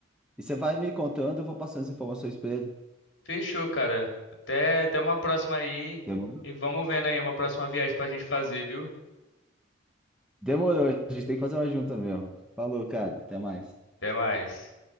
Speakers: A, in the centre; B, on the left (about 60°).
A: e você vai me contando. Eu vou passando as informações para ele.
B: Fechou, cara. Até, até uma próxima aí.
A: Demorou?
B: E vamos vendo aí uma próxima viagem pra gente fazer, viu?
A: Demorou. A gente tem que fazer uma junta mesmo. Falou, cara. Até mais.
B: Até mais.